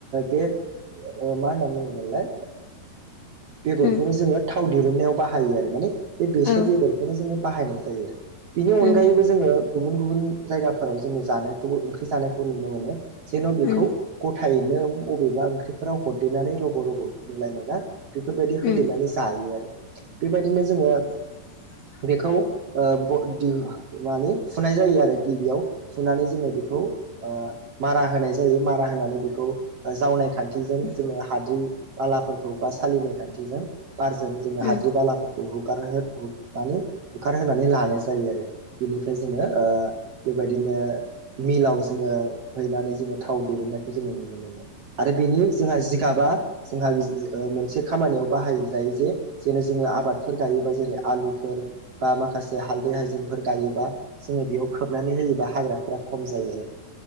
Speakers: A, on the right; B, on the left.
A: बे ओ मा होनना बुङो मोनलाय बेगरखौनो
B: औ
A: जोङो थाव दिरुननायाव बाहायो आरो माने बे बेसर
B: उम उम
A: बेगरखौनो जोङो बाहायनाय जायो आरो बिनि
B: उम
A: अनगायैबो जोङो गुबुन गुबुन जायगाफोराव जोङो जानायखौबो ओंख्रि जानायखौ नुनो मोनो जेन बेखौ
B: उम
A: गथायैनो बबेबा ओंख्रिफोराव हरदेनानै रग रग नुलायनायना बेफोरबायदि
B: उम
A: होदेरनानै जायो आरो बेबायदिनो जोङो
B: <inaudible>
A: बेखौ ओ ब दि माने फुनाय जायो आरो गिबियाव फुनानै जोङो बिखौ ओ मारा होनाय ज मारा होनानै बेखौ जावनाय खान्थिजों जोङो
B: उम औ उम
A: हाद्रि बालाफोरखौ बा सालिनाय खान्थिजों बारजों जोङो
B: उम
A: हाद्रि
B: उम
A: बालाफोरखौ हुगार माने हुखारहोनानै लानाय जायो आरो बिनिफ्राय जोङो ओ बेबायदिनो मिलाव जोङो हैनानै जोङो थाव दिरुननायखौ जोङो नुनो मोनो आरो बेनि जोंहा जिगाबा जोंहा मोनसे खामानियाव बाहाय जायो जे जेन' जोङो आबादफोर गायोबा जेरै आलुफोर बा माखासे हालदै हायजेंफोर गायोबा जोङो बेयाव खोबनानै होयोबा हाग्राफोरा खम जायो आरो